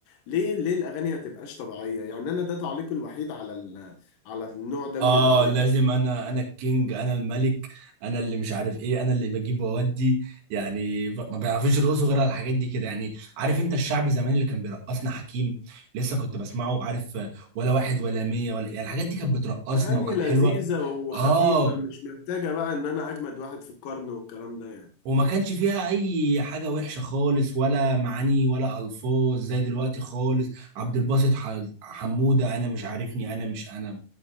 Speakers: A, on the left; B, on the right.
A: ليه ليه الاغاني ما تبقاش طبيعيه يعني انا ده تعليقي الوحيد على ال... على النوع ده من
B: اه
A: الاغاني
B: لازم انا انا الكينج انا الملك انا اللي مش عارف ايه انا اللي بجيب واودي يعني ب- ما بيعرفوش يرقصوا غير على الحاجات دي كده يعني عارف انت الشعبي زمان اللي كان بيرقصنا حكيم لسه كنت بسمعه عارف آه، ولا واحد ولا مية ولا يعني الحاجات دي كانت بترقصنا
A: أغاني
B: وكانت
A: لذيذة
B: حلوة
A: وخفيفة
B: اه
A: مش محتاجة بقى إن أنا أجمد واحد في القرن والكلام ده يعني
B: وما كانش فيها اي حاجة وحشة خالص ولا معاني ولا الفاظ زي دلوقتي خالص عبد الباسط ح- حمودة انا مش عارفني انا مش انا